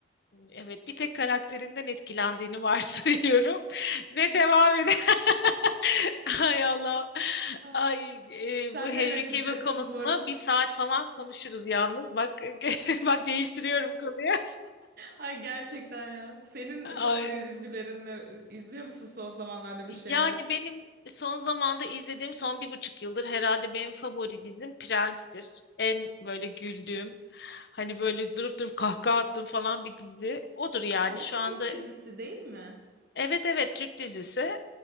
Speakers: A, on the left; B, on the right.
A: Evet, bir tek karakterinden etkilendiğini varsayıyorum <laughs> ve devam ede. <laughs> Ay Allah.
B: Ha,
A: Ay
B: sen
A: e, bu Henry
B: neler izliyorsun
A: Cavill konusunu
B: bu aralar?
A: bir saat falan konuşuruz yalnız. Bak <laughs> bak değiştiriyorum konuyu.
B: Ay gerçekten ya. Senin
A: Ay.
B: favori dizilerin ne? İzliyor musun son zamanlarda bir şeyler?
A: Yani benim son zamanda izlediğim son bir buçuk yıldır herhalde benim favori dizim Prens'tir. En böyle güldüğüm hani böyle durup durup kahkaha attığım falan bir dizi. Odur yani
B: Aa o
A: şu
B: Türk
A: anda
B: dizisi değil mi?
A: Evet evet Türk dizisi.